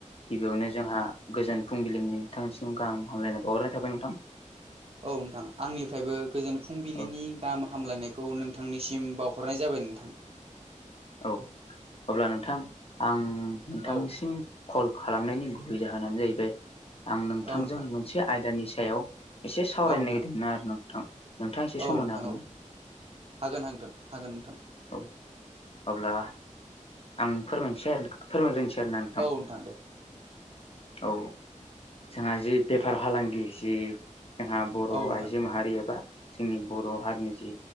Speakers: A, on the left; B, on the right.
A: गिबियावनो जोंहा गोजोन फुंबिलिनि नोंथांसिम गाहाम हामलायनो बावहरनाय थाबाय नोंथां।
B: औ नोंथां आंनिफ्रायबो गोजोन फुंबिलिनि
A: औ
B: गाहाम हामलायनायखौ नोंथांनिसिम बावहरनाय जाबाय नोंथां।
A: औ अब्ला नोंथां आं नोंथांनिसिम
B: औ
A: कल खालामनायनि गुबै जाहोनानो जाहैबाय आं नोंथांजों
B: औ नोंथां
A: मोनसे आयदानि सायाव एसे सावरायनो
B: औ नोंथां
A: नागिरदों आरो नोंथां। नोंथाङा एसे सम
B: औ
A: होनो
B: नोंथां
A: हागोन
B: औ
A: ना
B: हागोन हा-हागोन नोंथां।
A: औ अब्ला आं फोरमायनोसै आरो फोरमायग्रोसै आरोना नोंथां।
B: औ दे
A: औ जोंहा जि बेफार फालांगि जि जोंहा बर'
B: औ नोंथां
A: आइजो माहारि एबा जोंनि बर' हारिनि जि